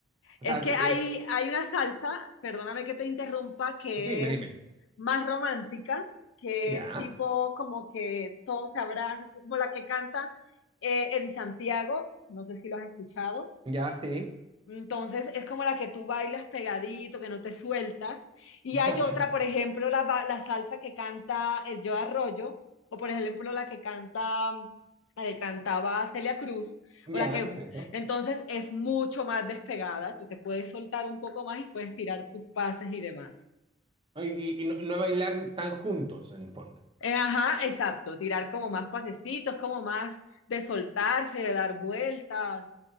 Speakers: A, on the right; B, on the left.
A: O
B: Es
A: sea,
B: que
A: eh,
B: hay, hay una salsa, perdóname que te interrumpa, que
A: dime, dime.
B: es más romántica, que
A: Ya,
B: es tipo como que todos se abrazan, como la que canta eh, Eddie Santiago, no sé si lo has escuchado.
A: ya, sí.
B: Entonces es como la que tú bailas pegadito, que no te sueltas. Y
A: <laughs>
B: hay otra, por ejemplo, la, ba- la salsa que canta el Joe Arroyo, o por ejemplo la que canta, la que cantaba Celia Cruz,
A: Ya,
B: o la que
A: perfecto.
B: entonces es mucho más despegada, tú te puedes soltar un poco más y puedes tirar tus pases y demás.
A: Y, y- y no, no bailar tan juntos en el fondo.
B: Eh, ajá, exacto, tirar como más pasecitos, como más de soltarse, de dar vueltas.